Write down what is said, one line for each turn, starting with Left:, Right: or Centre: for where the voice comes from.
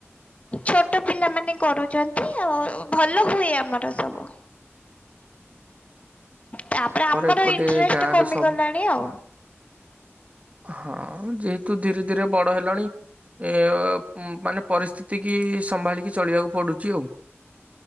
Left: ଛୋଟ ପିଲାମାନେ କରୁଛନ୍ତି ଆଉ ଭଲ ହୁଏ ଆମର ସବୁ। ତାପରେ ଆମର
Right: ଏପଟେ
Left: ଇଣ୍ଟରେଷ୍ଟ
Right: ଗାଁ
Left: କମିଗଲାଣି
Right: ରେ ସବୁ
Left: ଆଉ।
Right: ହଁ ଯେହେତୁ ଧୀରେ ଧୀରେ ବଡ ହେଲଣି। ଏ-ଅ ପୁଁ ମାନେ। ପରିସ୍ଥିତି କି ସମ୍ଭାଳିକି ଚଳିବାକୁ ପଡୁଛି। ଛି ଆଉ।